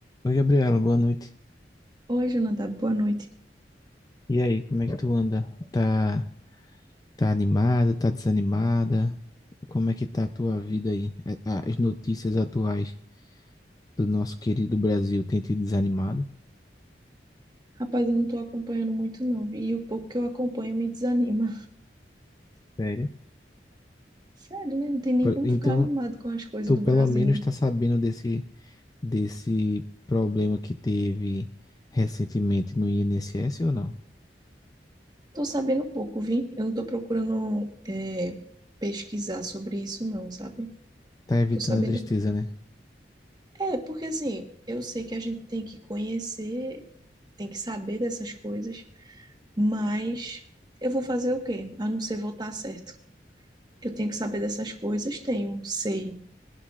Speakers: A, on the left; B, on the right.
A: Oi, Gabriela, boa noite.
B: Oi, Jonathan, boa noite.
A: E aí, como é que tu anda? Tá, tá animada, tá desanimada? Como é que tá a tua vida aí? É, A- As notícias atuais do nosso querido Brasil têm te desanimado?
B: Rapaz, eu não tô acompanhando muito não, vi? E o pouco que eu acompanho me desanima.
A: Sério?
B: <laughs> Sério, né? Não tem nem
A: Por-
B: como
A: Então,
B: ficar animado com as coisas
A: tu
B: do
A: pelo
B: Brasil,
A: menos
B: né?
A: tá sabendo desse, desse problema que teve recentemente no INSS ou não?
B: Tô sabendo pouco, vi? Eu não tô procurando é, pesquisar sobre isso não, sabe?
A: Tá evitando
B: Tô sabendo...
A: a tristeza, né?
B: É, porque assim, eu sei que a gente tem que conhecer, tem que saber dessas coisas, mas eu vou fazer o quê? A não ser votar certo. Eu tenho que saber dessas coisas, tenho, sei.